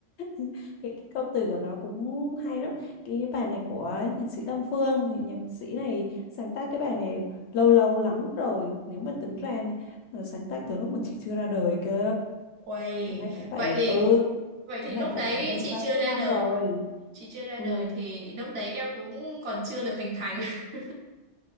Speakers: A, on the left; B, on the right.
A: cái, cái câu từ của nó cũng hay lắm cái bài này của nhạc sĩ Đan Phương thì nhạc sĩ này sáng tác cái bài này lâu lâu lắm rồi nếu mà tính ra ờ, sáng tác từ lúc mà chị chưa ra đời cơ
B: Uầy,
A: thế nay cũng phải
B: vậy thì
A: ừ
B: vậy thì
A: thế nay
B: lúc
A: cũng phải
B: đấy
A: cả hơn
B: chị
A: ba
B: chưa
A: mươi
B: ra
A: năm
B: đời
A: rồi
B: chị chưa ra
A: ừ
B: đời thì lúc đấy em cũng còn chưa được hình thành <laughs>